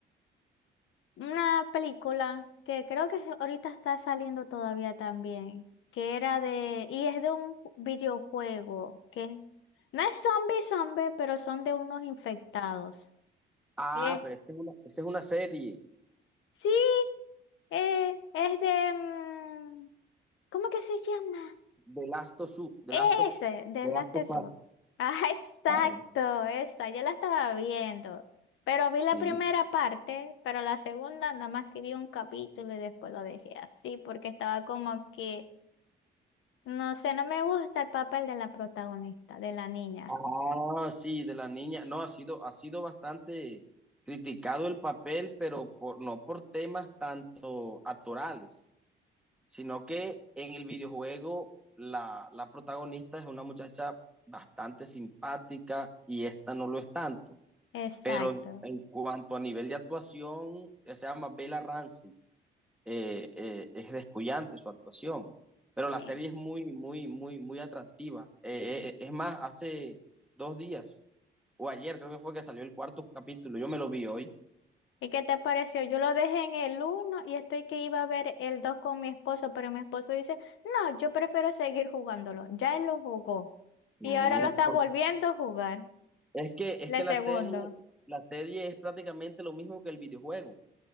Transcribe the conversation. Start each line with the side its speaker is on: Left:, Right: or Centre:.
Left: una película que creo que se- ahorita está saliendo todavía también, que era de, y es de un ju- videojuego, que no es zombie zombie, pero son de unos infectados.
Centre: Ah,
Left: Eh,
Centre: pero esta es una, esta es una serie.
Left: sí, eh, es de, mm, ¿cómo que se llama?
Centre: The Last of Us, The
Left: Ese,
Centre: Last of Us,
Left: de
Centre: The
Left: Last
Centre: Last of
Left: of
Centre: Us.
Left: Us. Ah, <laughs> exacto,
Centre: Ah,
Left: esa, yo la estaba viendo. Pero vi la
Centre: Sí.
Left: primera parte, pero la segunda nada más que vi un capítulo y después lo dejé así, porque estaba como que, no sé, no me gusta el papel de la protagonista, de la niña.
Centre: Ah, sí, de la niña. No, ha sido, ha sido bastante criticado el papel, pero por, no por temas tanto actorales, sino que en el videojuego la, la protagonista es una muchacha bastante simpática y esta no lo es tanto.
Left: Exacto.
Centre: Pero en cuanto a nivel de actuación, se llama Bella Ramsey. eh, eh, es descuyante su actuación, pero la
Left: sí.
Centre: serie es muy, muy, muy, muy atractiva. Eh, eh, eh, es más, hace dos días o ayer creo que fue que salió el cuarto capítulo, yo me lo vi hoy.
Left: ¿Y qué te pareció? Yo lo dejé en el uno y estoy que iba a ver el dos con mi esposo, pero mi esposo dice, no, yo prefiero seguir jugándolo. Ya él lo jugó
Centre: Mm,
Left: y ahora lo está
Centre: porque
Left: volviendo a jugar.
Centre: es que, es
Left: La
Centre: que
Left: segundo,
Centre: la serie, la serie es prácticamente lo mismo que el videojuego,